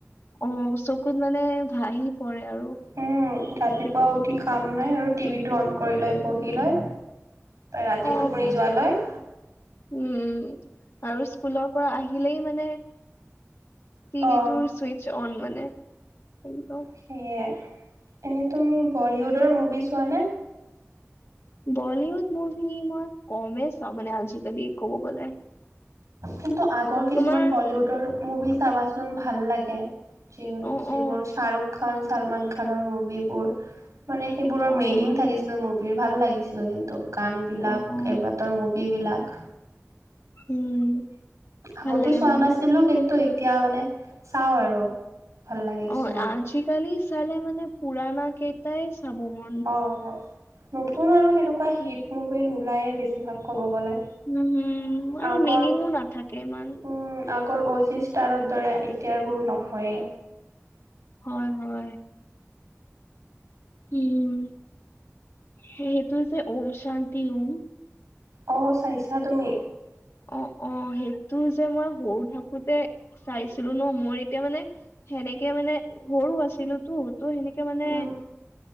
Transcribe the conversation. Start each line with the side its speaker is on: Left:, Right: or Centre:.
Left: অ চকুত মানে ভাহি পৰে আৰু
Right: উম, ৰাতিপুৱা উঠি কাম নাই আৰু টিভিটো অন কৰি লৈ বহি লৈ, ৰাতি
Left: অ
Right: টোপুনি যোৱালৈ
Left: উম আৰু স্কুলৰ পৰা আহিলেই মানে টিভিটোৰ
Right: অ'
Left: চুইচ অন মানে কিন্তু
Right: সেয়ে, এনেই তুমি বলীউডৰ মুভি চোৱা নে।
Left: বলীউড মুভি মই কমেই চাওঁ মানে আজিকালি ক'ব গলে।
Right: কিন্তু আগৰ কিছুমান
Left: তোমাৰ
Right: বলীউডৰ মুভি চাবাচোন ভাল লাগে। যিন
Left: অ
Right: যিবোৰ
Left: অ
Right: শ্বাহৰুখ খান, চালমান খানৰ মুভিবোৰ, মানে সেইবোৰৰ
Left: অ
Right: মিনিং
Left: অ
Right: থাকিছিল মুভিৰ ভাল লাগিছিল কিন্তু। গানবিলাক
Left: অ অ
Right: সেইবাতৰ মুভিবিলাক।
Left: উম
Right: আগতে
Left: ভাল লাগে
Right: চোৱা
Left: ভাল
Right: নাছিলো
Left: লাগে
Right: কিন্তু এতিয়া মানে চাওঁ আৰু ভাল লাগে কিছুমান।
Left: অ আজিকালি চালে মানে পুৰণা কেইটাই চাব ম
Right: অ নতুন আৰু সেনেকুৱা হিট মুভি নোলায়ে বেছিভাগ ক'ব গ'লে।
Left: উম হম আৰু
Right: আগৰ
Left: মিনিঙো
Right: উম।
Left: নাথাকে ইমান
Right: আগৰ অজি ষ্টাৰৰ দৰে এতিয়াবোৰ নহয়েই।
Left: হয় হয়। উম সেইটো যে ঔম শান্তি ওম।
Right: অ চাইছা তুমি।
Left: অ', অ সেইটো যে মই সৰু থাকোতে চাইছিলো ন, মোৰ এতিয়া মানে সেনেকে মানে সৰু আছিলো তো, ত' সেনেকে মানে
Right: উম,